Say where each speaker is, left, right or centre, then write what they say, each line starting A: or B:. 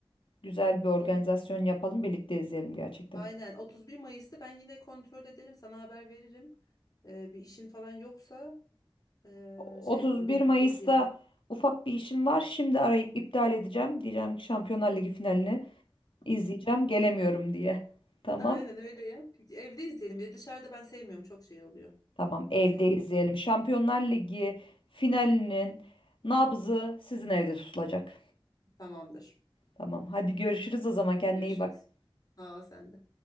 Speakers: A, on the left (about 70°); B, on the left (about 45°).
A: Güzel bir organizasyon
B: onu
A: yapalım, birlikte izleyelim gerçekten.
B: Aynen 31 Mayıs'ta ben yine kontrol ederim sana haber veririm. Ee, bir işin falan yoksa ee,
A: 31
B: şey yapalım birlikte
A: Mayıs'ta
B: izleyelim.
A: ufak bir işim var. Şimdi arayıp iptal edeceğim. Diyeceğim ki Şampiyonlar Ligi finalini izleyeceğim, gelemiyorum diye. Tamam.
B: Aynen öyle yap. Evde izleyelim. Bir de dışarıda ben sevmiyorum çok şey oluyor.
A: Tamam, evde
B: Ses
A: izleyelim.
B: oluyor.
A: Şampiyonlar Ligi finalinin nabzı sizin evde tutulacak.
B: Tamamdır.
A: Tamam, hadi görüşürüz o zaman. Kendine
B: Görüşürüz.
A: iyi bak.
B: Sağ ol sen de.